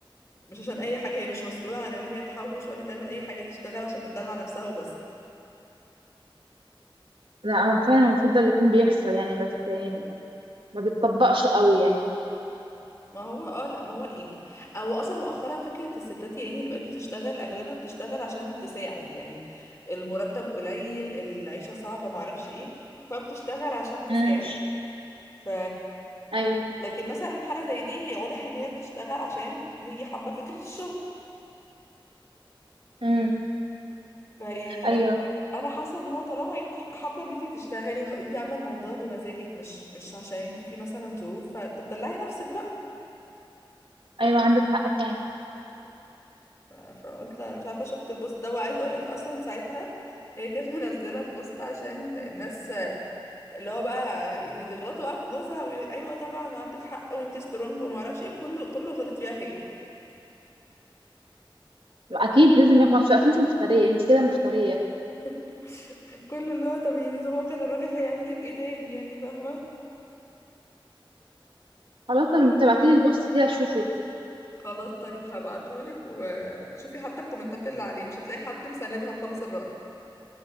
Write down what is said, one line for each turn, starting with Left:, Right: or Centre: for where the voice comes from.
Left: مش عشان اي حاجه هي مش مسؤوله عن ان هي تحوش ولا تعمل اي حاجه هي تشتغل عشان تدلع نفسها وبس
Right: لا هو فعلا المفروض ده اللي يكون بيحصل يعني بس يعني ما بتطبقش قوي يعني
Left: ما هو اه لا ما هو يعني او اصلا مؤخرا فكره الستات يعني اللي بقت بتشتغل اغلبها بتشتغل عشان تساعد يعني المرتب قليل العيشه صعبه معرفش ايه فبتشتغل عشان تساعد
Right: امم
Left: ف
Right: ايوه
Left: لكن مثلا في حالة زي دي هي واضح ان هي بتشتغل عشان هي حابة فكرة الشغل
Right: امم
Left: فيعني
Right: ايوه
Left: انا حاسة ان هو طالما انت حابة ان انت تشتغلي وانت عاملة الموضوع بمزاجك مش مش عشان انت في مثلا ظروف فطب دلعي نفسك بقى
Right: ايوه عندك حق فعلا
Left: ف- فقلت انا مش عارفة شفت البوست ده وعايزة اقولك اصلا ساعتها هي كانت <laughs> منزلة البوست عشان الناس اللي هو بقى يغلطوا بقى في جوزها وي- ايوه طبعا وعندك حق وانت سترونج وما اعرفش ايه كله كله غلط فيها هي
Right: اكيد لازم يخلص شويه اصل انت مفتريه انت كده مفتريه
Left: <laughs> كله اللي هو طب يعني هو كان الراجل هيعملك ايه تاني يعني فاهمة
Right: خلاص طب تبعتيلي البوست كده اشوفه
Left: خلاص طيب هبعتهولك وشوفي حتى الكومنتات اللي عليه مش هتلاقي حد مساندها خالص الرأي